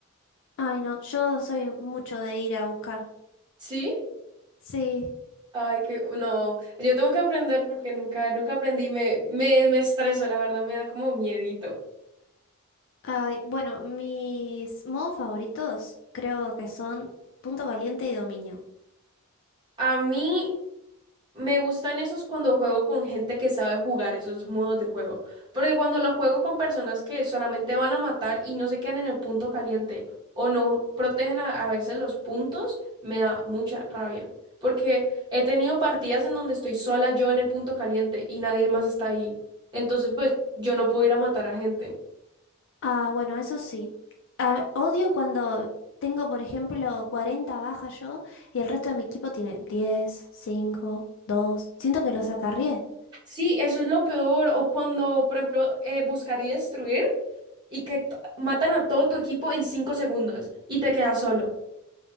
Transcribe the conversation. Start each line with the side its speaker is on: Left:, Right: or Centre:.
Left: Ay, no, yo soy mucho de ir a buscar.
Right: ¿Sí?
Left: Sí.
Right: Ay, que no. Yo tengo que aprender porque nunca, nunca aprendí. Me, me, me estreso, la verdad, me da como miedito.
Left: Ay, bueno, mis modos favoritos creo que son punto caliente y dominio.
Right: A mí Me gustan esos cuando juego con gente que sabe jugar esos modos de juego. Porque cuando lo juego con personas que solamente van a matar y no se quedan en el punto caliente o no protegen a, a veces los puntos, me da mucha rabia. Porque he tenido partidas en donde estoy sola yo en el punto caliente y nadie más está ahí. Entonces, pues yo no puedo ir a matar a gente.
Left: Ah, bueno, eso sí. Ah, odio cuando tengo, por ejemplo, 40 bajas yo y el resto de mi equipo tiene 10, 5, 2. Siento que los acarrié.
Right: Sí, eso es lo peor. O cuando, por ejemplo, eh, buscar y destruir y que to- matan a todo tu equipo en cinco segundos y te quedas solo.